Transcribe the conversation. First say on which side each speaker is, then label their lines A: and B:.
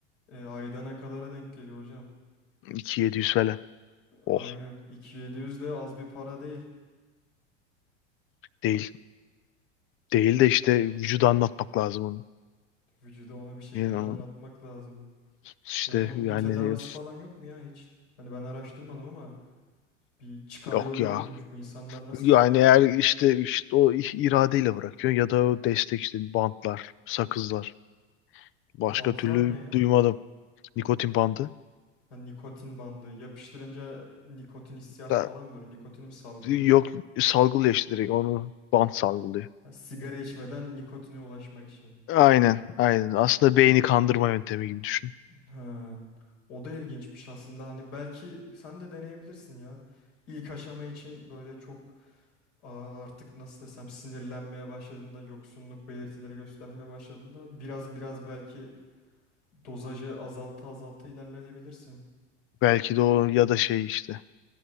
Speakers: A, on the left; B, on the left.
A: E, aydana kadara denk geliyor hocam.
B: 2700 falan. Oh
A: Aynen 2700 de az bir para değil.
B: değil. Değil de işte vücuda anlatmak lazım
A: Vücuda onu bir şekilde
B: onu.
A: anlatmak lazım.
B: İşte
A: Ya bunun
B: yani
A: bir tedavisi falan yok mu ya hiç? Hani ben araştırmadım ama bir çıkar
B: yok
A: yolu
B: ya.
A: yok muymuş bu insanlar nasıl
B: Yani
A: bırakıyor?
B: eğer işte işte o iradeyle bırakıyor ya da o destek işte bantlar, sakızlar. Başka
A: Bantlar
B: türlü
A: ne ya?
B: duymadım. Nikotin bandı.
A: Hani nikotin bandı. Yapıştırınca nikotin hissiyatı
B: Da,
A: falan böyle nikotini mi salgılıyor?
B: yok salgılıyor işte direkt onu bant salgılıyor.
A: Ha, sigara içmeden nikotine ulaşmak için.
B: Aynen, aynen. Aslında beyni kandırma yöntemi gibi düşün.
A: Ha, o da ilginçmiş aslında. Hani belki sen de deneyebilirsin ya. İlk aşama için böyle çok aa, artık nasıl desem sinirlenmeye başladığında, yoksunluk belirtileri göstermeye başladığında biraz biraz belki dozajı azalta azalta ilerleyebilirsin.
B: Belki de o ya da şey işte